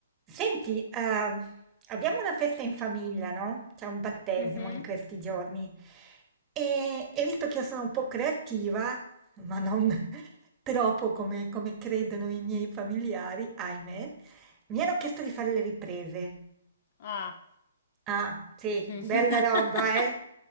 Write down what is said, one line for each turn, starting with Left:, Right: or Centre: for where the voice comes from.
Right: Senti, ehm, abbiamo una festa in famiglia, no? C'è un battesimo
Left: Mh-mh.
Right: in questi giorni. E, e visto che io sono un po' creativa, ma non <laughs> troppo come, come credono i miei familiari, ahimè, mi hanno chiesto di fare le riprese.
Left: Ah.
Right: Ah, sì,
Left: Mh-mh.
Right: bella
Left: <laughs>
Right: roba, eh?